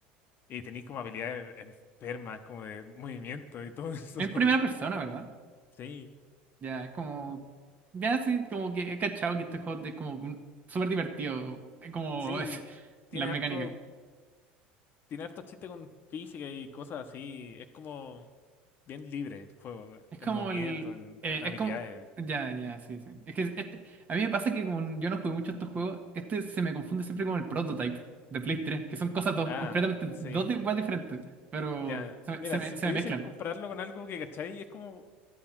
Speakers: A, on the left (about 45°); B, on the right (about 35°).
A: Y tenéis como habilidades enfermas, como de movimiento y todo eso.
B: En
A: <laughs>
B: primera persona, ¿verdad?
A: Sí,
B: Ya, es como. Ya, sí, como que he cachado que este juego es como un- súper divertido. Es como.
A: sí,
B: <laughs> Es,
A: tiene
B: la mecánica.
A: harto, tiene harto chiste con física y cosas así. Es como bien libre el juego,
B: Es
A: en
B: como
A: movimiento,
B: el.
A: en,
B: eh,
A: en habilidades.
B: es como. Ya, ya, sí, sí. Es que este, a mí me pasa que como yo no jugué mucho estos juegos, este se me confunde siempre con el Prototype de Play 3 que son cosas dos,
A: Ah,
B: completamente
A: sí.
B: dos di- weas diferentes, pero
A: Ya,
B: se me,
A: mira,
B: se me,
A: si
B: se
A: pudiese
B: me mezclan.
A: compararlo con algo que, ¿cachai? Es como,